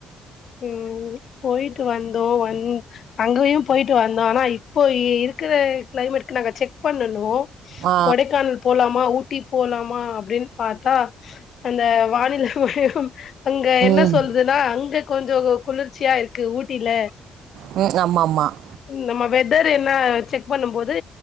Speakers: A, on the left; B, on the right.
A: உம் பொயிட்டு வந்தோம் வந் அங்கயும் போயிட்டு வந்தோம் ஆனா இப் இப்போ இருக்கிற கிளைமேட் நாங்க செக் பண்ணுனோம்
B: ஆ
A: கொடைக்கானல் போலாமா ஊட்டி போலாமா அப்டின்னு பாத்தா அந்த வானில சுவயம் அங்க
B: ம்
A: என்ன சொல்றதுன்னா அங்க கொஞ்சம் குளிர்ச்சியா இருக்கு ஊட்டில
B: ம் ஆமாம் ஆமாம்
A: நம்ம வெதர் என்ன செக் பண்ணும் போது